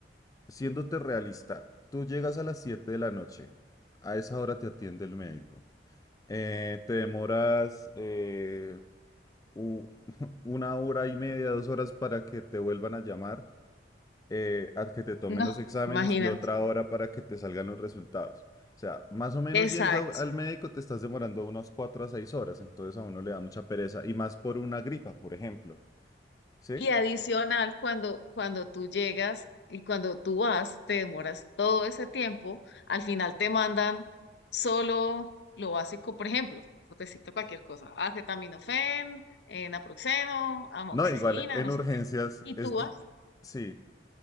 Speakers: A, on the left; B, on the left.
A: Siéndote realista, tú llegas a las 7 de la noche, a esa hora te atiende el médico. Eh, te demoras eh, u- <laughs> una hora y media, dos horas para que te vuelvan a llamar, eh, a que te tomen
B: No,
A: los exámenes
B: imagínate.
A: y otra hora para que te salgan los resultados. O sea, más o menos
B: Exacto.
A: yendo a- al médico te estás demorando unas 4 a 6 horas, entonces a uno le da mucha pereza y más por una gripa, por ejemplo. ¿Sí?
B: Y adicional, cuando, cuando tú llegas y cuando tú vas, te demoras todo ese tiempo, al final te mandan solo lo básico, por ejemplo, por decirte cualquier cosa, acetaminofén, eh, naproxeno, amoxicilina,
A: No, igual en
B: no
A: urgencias
B: sé qué, y
A: es...
B: tú vas,
A: di- Sí,